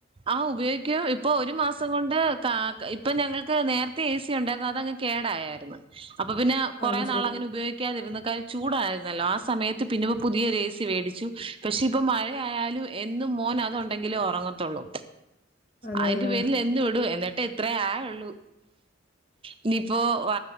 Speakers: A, on the right; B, on the left.
A: ആഹ് ഉപയോഗിക്കും ഇപ്പൊ ഒരു മാസം കൊണ്ട് കാ ക്ക ഇപ്പം ഞങ്ങൾക്ക് നേരത്തെ ഏ സി ഉണ്ടായിരുന്നു അതങ്ങ് കേടായാരുന്നു അപ്പം പിന്നെ കുറേ
B: അത്
A: നാൾ
B: ശരി
A: അങ്ങനെ ഉപയോഗി ക്കാതിരുന്ന് കാര്യം ചൂടായിരുന്നല്ലോ ആ സമയത്ത് പിന്നോ പുതിയ ഓര് ഏ സി വേടിച്ചു പക്ഷെ ഇപ്പൊ മഴയാലും എന്നും മോൻ അതു ഉണ്ടെങ്കിലെ ഒറങ്ങത്തുള്ളൂ
B: അതെല്ലേ
A: അയിന്റെ പേരിൽ എന്നും ഇടും എന്നിട്ട് അത്ര ആയൊള്ളൂ ഇനിയിപ്പോ വ